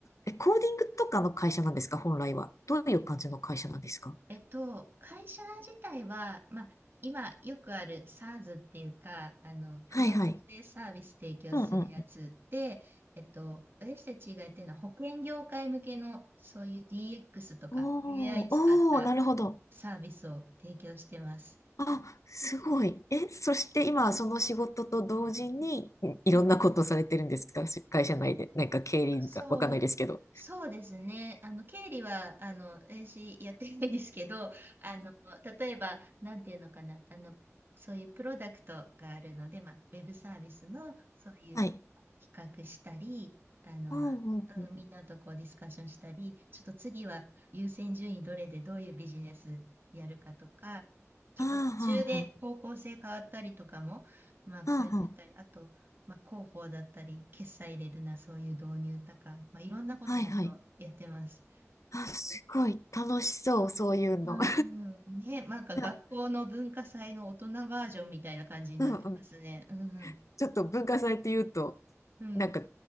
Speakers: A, on the left; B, on the right.
A: え、コーディングとかの会社なんですか本来は。どういう感じの会社なんですか
B: えっと、会社自体は、まあ、今よくある SaaS っていうか、あの、クラウドでサービス提供するやつで、
A: はいはい。うんうんうん。
B: えっと、私たちがやってるのは保険業界向けのそういう DX とか
A: お
B: AI 使った
A: お、おお、なるほど。
B: サービスを提供してます。
A: あ、すごい。え、そして今、その仕事と同時に、いいろんなことをされてるんですかし会社内で。
B: うん
A: なんか経理がわかんないですけど。
B: そう、そうですね。あの、経理は、あの、私やってないですけど、あの、例えば、なんていうのかな、あの、そういうプロダクトがあるので、まあ、ウェブサービスの、そういう
A: はい。
B: 企画したり、あの、
A: うんうんうん。
B: うんみんなとこうディスカッションしたり、ちょっと次は優先順位どれでどういうビジネスやるかとか、結構途中で方向性変わったりとかも、
A: ああ、は
B: まあ、
A: あはあ。
B: そういうのやったり、あと、まあ、広報だったり、決済入れるな、そういう導入とか、まあ、いろんなこともっとやってます。
A: はいはい。あ、すごい楽しそう、そういうの。
B: うんうん。
A: <laughs>
B: ね、なんか学校の文化祭の大人バージョンみたいな感じになってますね。
A: いや、うんうん。
B: うんうん。
A: ちょっと文化祭って言うと、
B: うん。
A: なんか、